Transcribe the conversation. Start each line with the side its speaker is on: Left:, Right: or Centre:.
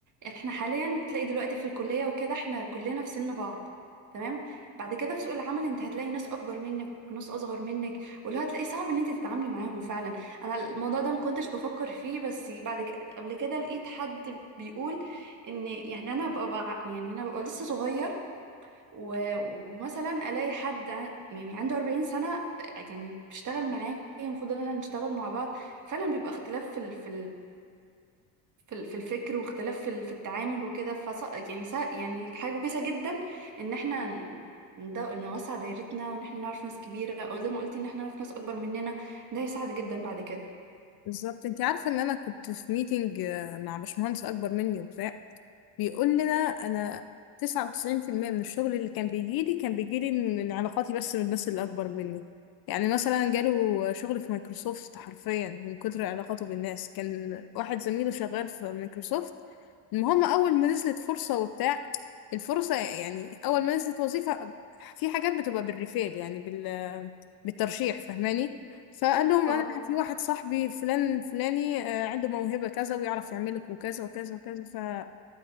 Right: احنا حاليا تلاقي دلوقتي في الكلية وكده احنا كلنا في سن بعض تمام بعد كده في سوق العمل انت هتلاقي ناس اكبر منك وناس اصغر منك واللي هتلاقي صعب ان انت تتعاملي معاهم فعلا انا الموضوع ده ما كنتش بفكر فيه بس بعد كده قبل كده لقيت حد بيقول ان يعني انا ببقى بع- يعني انا ببقى لسه صغير و- ومثلا الاقي حد ع- يعني عنده 40 سنة يعني بيشتغل معايا المفروض ان احنا نشتغل مع بعض فعلا بيبقى اختلاف في ال- في في ال- في الفكر واختلاف في ال- في التعامل وكده فص يعني ص يعني حاجة كويسة جدا ان احنا ن- ندو- نوسع دايرتنا وان احنا نعرف ناس كبيرة او زي ما قلتي ان احنا نعرف ناس اكبر مننا ده هيساعد جدا بعد كده
Left: بالظبط انت عارفة ان انا كنت في ميتنج مع باشمهندس اكبر مني وبتاع بيقول لنا انا 99% من الشغل اللي كان بيجيلي كان بيجيلي من علاقاتي بس من الناس اللي اكبر مني يعني مثلا جاله شغل في مايكروسوفت حرفيا من كتر علاقاته بالناس كان واحد زميله شغال في مايكروسوفت المهم اول ما نزلت فرصة وبتاع الفرصة يعني اول ما نزلت وظيفة في حاجات بتبقى بالريفيل يعني بال بالترشيح فاهماني فقال لهم
Right: اه
Left: انا في واحد صاحبي فلان فلاني آه، عنده موهبة كذا ويعرف يعمل لكم كذا وكذا وكذا